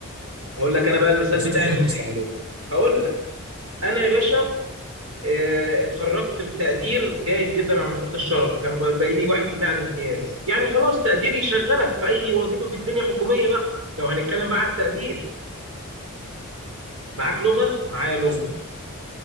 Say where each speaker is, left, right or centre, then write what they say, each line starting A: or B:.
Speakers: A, on the right; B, on the right.
A: اقول لك انا بقى المثال
B: مستحيل
A: بتاعي المثير
B: المستحيلات
A: هقول لك انا يا باشا آه، اتخرجت بتقدير جيد جدا مع مرتبة الشرف كان باقي لي 1% على الامتياز يعني خلاص تقدير يشغلك في اي وظيفة في الدنيا حكومية بقى لو هنتكلم بقى على التقدير معاك لغة معايا لغة
B: بس